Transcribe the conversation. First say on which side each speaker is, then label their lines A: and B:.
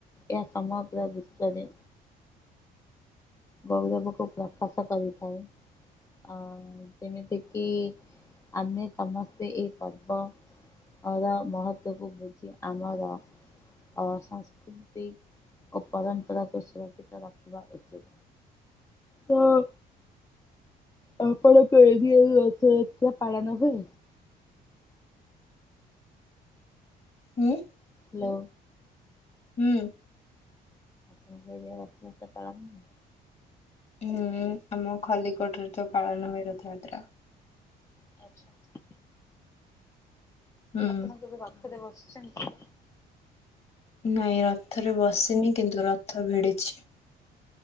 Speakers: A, on the left; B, on the left.
A: ଏହା ସମଗ୍ର ବିଶ୍ୱରେ ଗୌରବକୁ ପ୍ରକାଶ କରିଥାଏ। ଅ ଯେମିତିକି ଆମେ ସମସ୍ତେ ଏଇ ପର୍ବ ଅର ମହତ୍ଵକୁ ବୁଝି ଆମର ଅ ସଂସ୍କୃତି ଓ ପରମ୍ପରାକୁ ସୁରକ୍ଷିତ ରଖିବା ଉଚିତ। ହଁ ଆପଣଙ୍କ ଏରିଆରେ ରଥଯାତ୍ରା ପାଳାନ ହୁଏ?
B: ହୁଁ।
A: ହ୍ୟାଲୋ
B: ହୁଁ।
A: ହଁ ହେଇଆ ରଥଯାତ୍ରା ପାଳନ ହୁଏ।
B: ହୁଁ ଆମ ଖଲିକୋଟରେ ତ ପାଳନ ହୁଏ ରଥଯାତ୍ରା।
A: ଆଚ୍ଛା।
B: ହୁଁ
A: ଆପଣ କେବେ ରଥରେ ବସିଚନ୍ତି?
B: ନାଇଁ ରଥରେ ବସିନି କିନ୍ତୁ ରଥ ଭିଡିଛି।